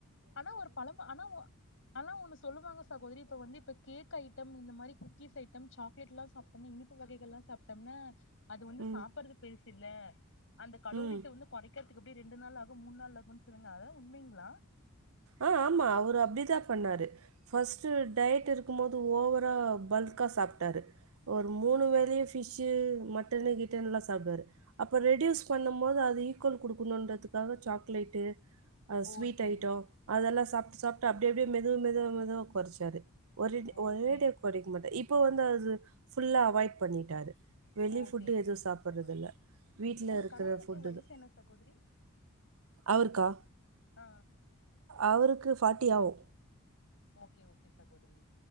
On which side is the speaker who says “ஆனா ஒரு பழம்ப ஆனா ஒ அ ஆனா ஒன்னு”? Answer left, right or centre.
Left